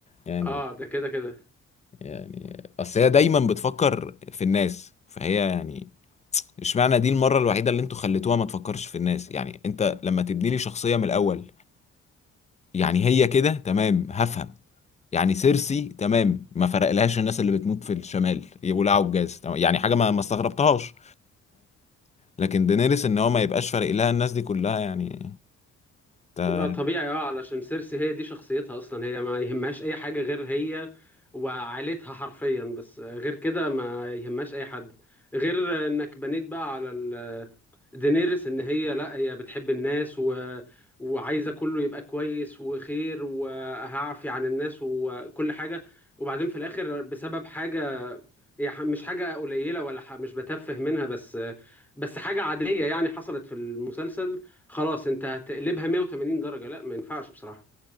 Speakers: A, on the left; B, in the centre.
A: يعني
B: اه ده كده كده
A: يعني اصل هي دايما بتفكر في الناس فهي يعني اشمعنى دي المرة الوحيدة اللي انتوا خليتوها ما تفكرش في الناس يعني انت لما تبني لي شخصية من الاول يعني هي كده تمام هفهم يعني سيرسي تمام ما فرقلهاش الناس اللي بتموت في الشمال يولعوا الجاز تمام، يعني حاجة ما ما استغربتهاش لكن دينيريس ان هو ما يبقاش فارق لها الناس دي كلها يعني انت
B: اه طبيعي اه علشان سيرسي هي دي شخصيتها اصلا هي ما يهمهاش اي حاجة غير هي وعائلتها حرفيا بس آه، غير كده ما يهمهاش اي حد غير انك بنيت بقى على دينيرس ان هي لا هي بتحب الناس و... وعايزه كله يبقى كويس وخير وهعفي عن الناس وكل حاجه وبعدين في الاخر بسبب حاجه هي ح- مش حاجه قليله ولا ح... مش بتفه منها بس بس حاجه عاديه يعني حصلت في المسلسل خلاص انت هتقلبها 180 درجه لا ما ينفعش بصراحه